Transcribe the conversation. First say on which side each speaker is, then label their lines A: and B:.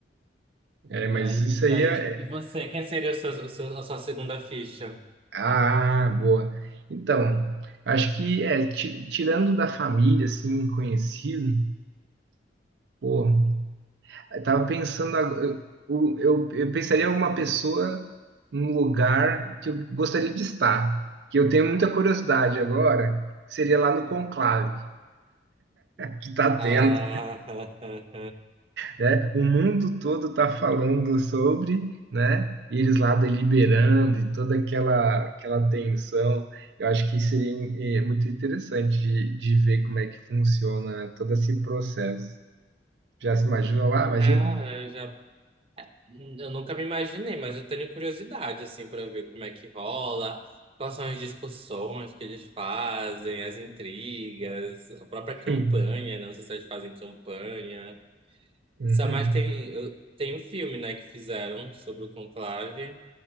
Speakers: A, on the right; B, on the right.
A: É,
B: E
A: mas
B: aí,
A: isso aí
B: e aí,
A: é.
B: e você?
A: é-
B: Quem seria o seu, o seu- a sua segunda ficha?
A: Ah, boa. Então, acho que é, ti- tirando da família, assim, conhecido, pô, Eu tava pensando, agora- eu, eu, eu pensaria em alguma pessoa num lugar que eu gostaria de estar, que eu tenho muita curiosidade agora, seria lá no conclave que tá
B: Ah,
A: tendo,
B: <laughs>
A: né? O mundo todo tá falando sobre, né? E eles lá deliberando e toda aquela aquela tensão. Eu acho que seria eh, muito interessante de, de ver como é que funciona né, todo esse processo. Já se imagina lá? Imagina?
B: cara, eu já Eu nunca me imaginei, mas eu tenho curiosidade, assim, para ver como é que rola, quais são as discussões que eles fazem, as intrigas, a própria campanha,
A: <laughs>
B: né? Não sei se eles fazem campanha.
A: Uhum.
B: sabe mas tem, eu- tem um filme, né, que fizeram sobre o Conclave,